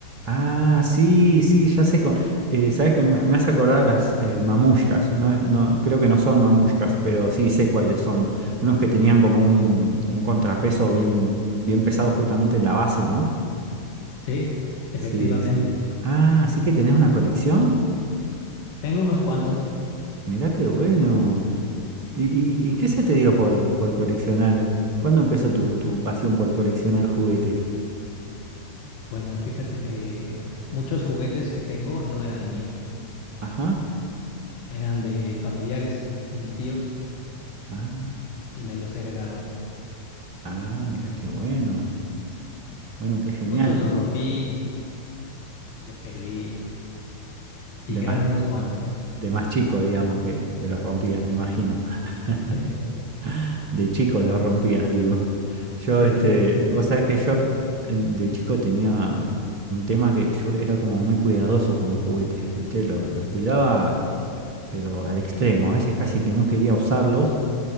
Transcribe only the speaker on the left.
Sí, efectivamente.
Tengo unos cuantos.
Bueno, fíjate que muchos juguetes que tengo no eran míos,
eran de familiares, de mis tíos,
y me los heredaron.
Muchos los rompí, los perdí, y quedan
unos cuantos.
Sí,
sí,
sí.